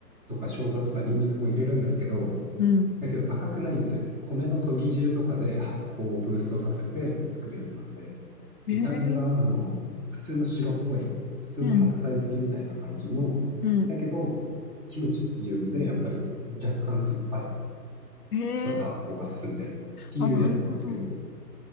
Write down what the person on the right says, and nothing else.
とか生姜とかニンニクも入れるんですけど
だけど赤くないんですよね。米の研ぎ汁とかで発酵をブーストさせて作るやつなんで、
炒めがあの普通の白っぽい、普通の白菜漬けみたいな感じの、
だけど、キムチっていうんで、やっぱり若干酸っぱい、
その発酵が進んでっていうやつなんですけど、